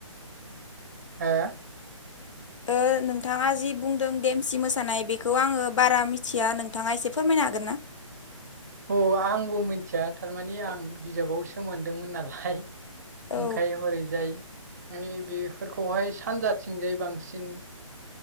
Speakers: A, on the right (about 30°); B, on the left (about 65°).
A: हो।
B: ओ नोंथाङा जि बुंदों देमसि मोसानाय बेखौ आङो बारा मिथिया नोंथाङा एसे फोरमायनो हागोन ना।
A: अ आंबो मिथिया थारमानि आं बिजाबावसो मोनदोंमोन नालाय।
B: औ
A: ओंखाय हरैजाय माने बेफोरखौहाय सानजाथिंजाय बांसिन